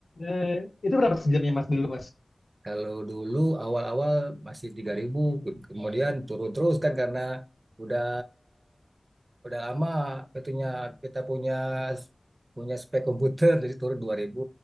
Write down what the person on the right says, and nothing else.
Kalau dulu awal-awal masih 3.000, ke- kemudian turun terus kan karena udah udah lama itunya kita punya punya spek komputer jadi turun dua ribu